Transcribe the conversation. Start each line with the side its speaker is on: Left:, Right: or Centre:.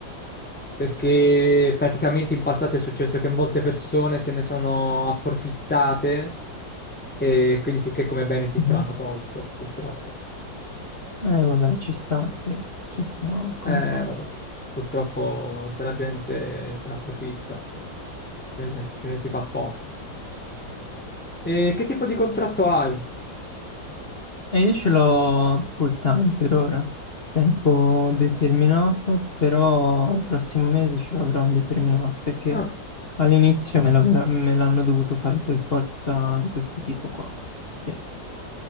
Centre: perché praticamente in passato è successo che molte persone se ne sono approfittate e quindi sì che come benefit
Left: Mhm.
Centre: l'hanno tolto, purtroppo.
Left: Eh, vabbè, ci sta, sì, ci sta come
Centre: Eh,
Left: cosa.
Centre: vabbè, purtroppo se la gente se ne approfitta, ce ne, ce ne si fa poco. E che tipo di contratto hai?
Left: E io ce l'ho full time per ora, tempo determinato, però il prossimo mese ce l'avrò indeterminato perché
Centre: Ah.
Left: all'inizio me l'ave- me l'hanno dovuto fare per forza di questo tipo qua. Sì,